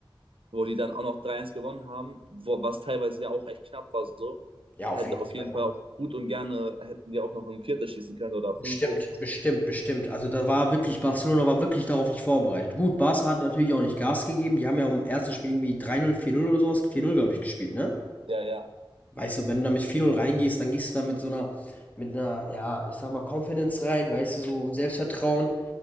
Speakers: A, on the right; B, on the left.
A: wo die dann auch noch 3-1 gewonnen haben, wo, was teilweise ja auch echt knapp war so,
B: ja, auf
A: hätte
B: jeden
A: auf
B: Fall.
A: jeden Fall auch gut und gerne, hätten die auch noch ein viertes schießen können oder fünftes.
B: Bestimmt, bestimmt, bestimmt. Also da war wirklich, Barcelona war wirklich darauf nicht vorbereitet. Gut, Barca hat natürlich auch nicht Gas gegeben. Die haben ja im ersten Spiel irgendwie 3-0, 4-0 oder sowas, 4-0, glaube ich, gespielt, ne?
A: Ja, ja,
B: Weißt du, wenn du da mit 4-0 reingehst, dann gehst du da mit so einer, mit einer, ja, ich sag mal, Confidence rein, weißt du, so ein Selbstvertrauen.